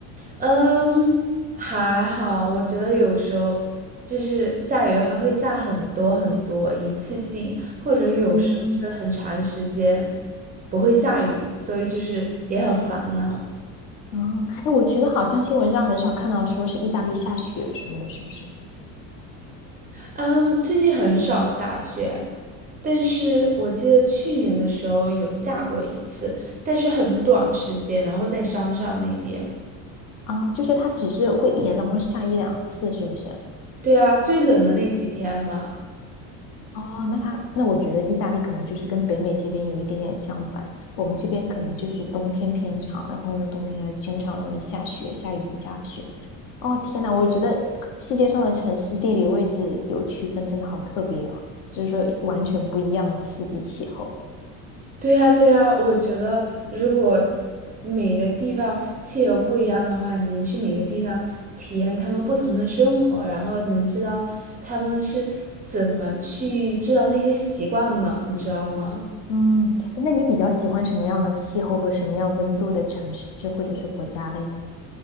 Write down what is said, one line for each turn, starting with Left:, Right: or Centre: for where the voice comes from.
Right: 嗯，还好，我觉得有时候就是下雨，还会下很多很多，一次性，或者有时候就是很长时间
Left: 嗯。
Right: 不会下雨，所以就是也很烦恼。
Left: 哦，哎，我觉得好像新闻上很少看到说是意大利下雪什么的，是不是？
Right: 嗯，最近很少下雪，但是我记得去年的时候有下过一次，但是很短时间，然后在山上那边。
Left: 啊，就是它只是会一年当中下一两次，是不是？
Right: 对啊，最冷的那几天嘛。
Left: 哦，那它那我觉得意大利可能就是跟北美这边有一点点相反，我们这边可能就是冬天偏长，然后呢，冬天它经常容易下雪，下雨加雪。哦，天呐，我觉得世界上的城市地理位置有区分，真的好特别哦，就是说完全不一样的四季气候。
Right: 对呀，对呀，我觉得如果每个地方气候不一样的话，你能去每个地方体验他们不同的生活，然后能知道他们是怎么去制造那些习惯的，你知道吗？
Left: 嗯，那你比较喜欢什么样的气候和什么样温度的城市或者是国家嘞？